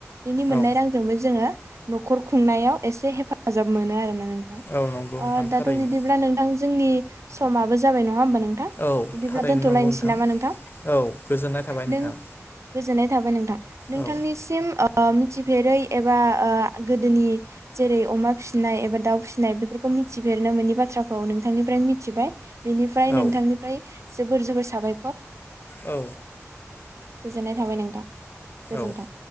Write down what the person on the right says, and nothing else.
बेनि मोननाय
रांजोंबो जोङो न'खर खुंनायाव एसे हेफाजाब मोनो आरोना नों थां
ओ दाथ'
बिदिब्ला नोंथां जोंनि समाबो जाबाय नङा। नङा ओमबा नों नोंथां
बिदिब्ला
दोन्थ'लायनोसै
नामा नोंथां?
नों गोजोननाय थाबाय नोंथां नोंथांनिसिम
ओ मिथि फेरै एबा ओ गोदोनि जेरै अमा फिसिनाय एबा दाउ फिसिनाय बेफोरखौ मिथिफेरनो मोनै बाथ्राखौ नोंथांनिफ्राय मिथिबाय बिनि ओमफाय
नोंथांनिफ्राय जोबोर - जोबोर साबायखर।
गोजोननाय थाबाय नोंथां गोजोन्थों।